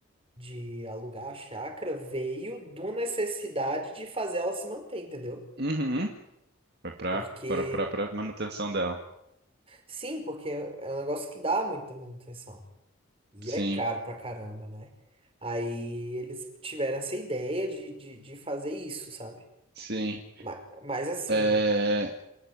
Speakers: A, on the right; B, on the right.
A: de alugar a chácara veio de uma necessidade de fazer ela se manter, entendeu?
B: Uhum. Foi para
A: Porque
B: para para manutenção dela.
A: sim, porque é um negócio que dá muita manutenção. E
B: Sim,
A: é caro pra caramba, né? Aí eles tiveram essa ideia de, de, de fazer isso, sabe?
B: sim.
A: Mas, mas assim,
B: É,